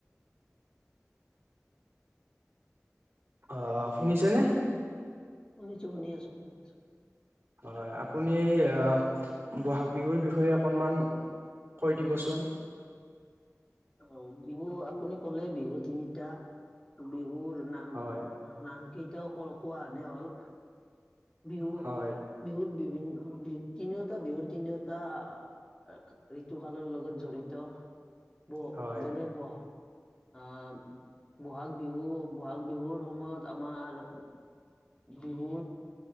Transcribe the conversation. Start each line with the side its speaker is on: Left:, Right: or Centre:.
Left: <inaudible>
Right: অ'! শুনিছানে?
Left: শুনিছোঁ, শুনি আছোঁ, শুনিছোঁ।
Right: হয়। আপুনি আঁ বহাগ বিহুৰ বিষয়ে অকনমান কৈ দিবচোন?
Left: অ'! বিহু, আপুনি ক'লে, বিহু তিনিটা। বিহুৰ নাম,
Right: হয়
Left: নাম, কেইটাও কোৱা আনে হ'ল। বিহু,
Right: হয়
Left: বিহুত বিভিন বি তিনিওটা বিহুৰ তিনিওটা আক ঋতু কালৰ লগত জড়িত ব
Right: হয়
Left: যেনে বোৱা আ বহাগ বিহু বহাগ বিহুৰ সময়ত আমাৰ বিহু